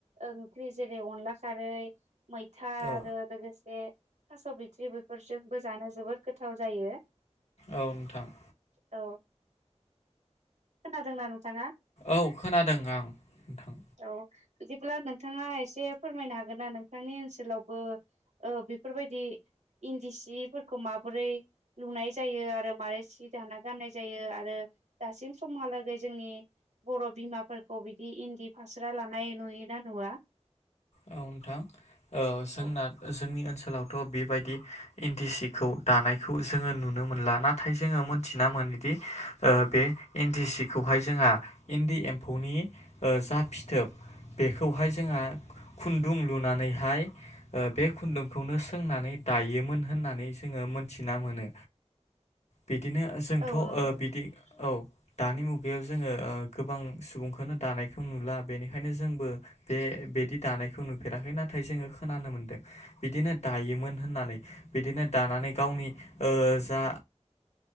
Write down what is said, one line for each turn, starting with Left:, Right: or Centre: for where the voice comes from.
Right: ओंख्रि जेरै अन ला खारै मैथा
Left: औ
Right: आरो लोगोसे थास' बिथ्रि बेफोरजोंबो जानो जोबोद गो थाव जायो।
Left: औ नोंथां
Right: औ <inaudible> खोनादोंना नोंथाङा?
Left: औ खोनादों आं नोंथां।
Right: औ बिदिब्ला नोंथाङा एसे फोरमायनो हागोन ना नोंथांनि ओनसोलावबो ओ बेफोरबायदि इन्दि सिफोरखौ मा बोरै लुनाय जायो आरो मारै सि दाना गाननाय जायो आरो दासिम समहालागै जोंनि बर' बिमाफोरखौ बिदि इन्दि फास्रा लानाय नुयोना नुवा?
Left: औ नोंथां ओ जोंना
Right: औ
Left: जोंनि ओनसो सोलावथ' बेबायदि इन्दि सिखौ दानायखौ जोङो नुनो मोनला नाथाय जोङो मोनथिना मोनो दि ओ बे इन्दि सिखौहाय जोंहा इन्दि एम्फौनि ओ जा फि थोब बेखौहाय जोंहा खुन्दुं लुनानैहाय ओ बे खुन्दुंखौनो सोंनानै दायोमोन होननानै जोङो मोनथिना मोनो। बिदिनो जोंथ'
Right: औ नंगौ
Left: ओ बिदि औ दानि मुगायाव जोङो ओ गोबां सुबुंखौनो दानायखौ नुला बेनिखायनो जोंबो बे बेदि दानायखौ नुफेराखै नाथाय जोङो खोनानो मोन्दों बिदिनो दायोमोन होननानै बिदिनो दाना नै गावनि ओ जा